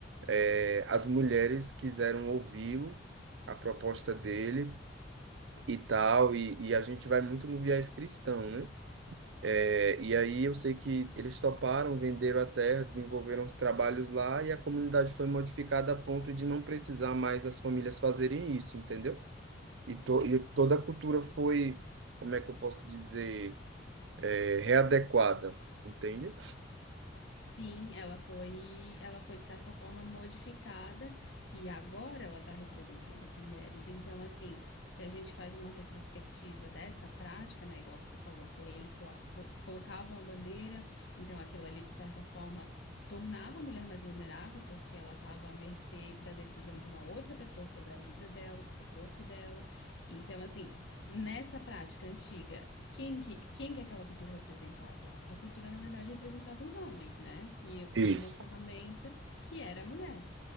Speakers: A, on the right; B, on the left.
A: é, as mulheres quiseram ouvi-lo, a proposta dele e tal, e, e a gente vai muito no viés cristão, né? É, e aí eu sei que eles toparam, venderam a terra, desenvolveram os trabalhos lá e a comunidade foi modificada a ponto de não precisar mais as famílias fazerem isso, entendeu? E, to, e toda a cultura foi, como é que eu posso dizer, é, readequada, entende?
B: Sim, ela foi ela foi de certa forma modificada e agora ela está representando as mulheres. Então, assim, se a gente faz uma retrospectiva dessa prática, né, igual você falou, que aí eles colo- co- colocavam a bandeira, então aquilo ali de certa forma tornava a mulher mais vulnerável porque ela estava à mercê da decisão de uma outra pessoa sobre a vida dela, sobre o corpo dela. Então, assim, Nessa prática antiga, quem que, quem que aquela cultura representava? A cultura, na verdade, representava os homens, né? E
A: Isso.
B: com uma ferramenta que era a mulher.